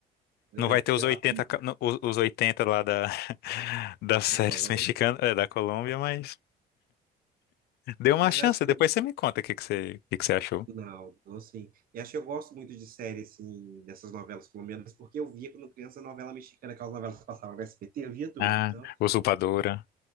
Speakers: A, on the right (about 60°); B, on the left (about 70°).
A: Pois
B: Não vai
A: é.
B: ter os
A: Eu
B: oitenta
A: até não-
B: ca- no- os os 80 lá da, <laughs> das séries
A: na Colômbia,
B: mexicanas, é, da Colômbia, mas dê uma
A: mas
B: chance.
A: acho que.
B: Depois você me conta o que que você, o que que você achou.
A: Não, não, então, assim. E acho que eu gosto muito de série, assim, dessas novelas colombianas, porque eu via quando criança novela mexicana, aquelas novelas que passavam no SBT, eu via tudo.
B: Ah,
A: Então,
B: Usurpadora.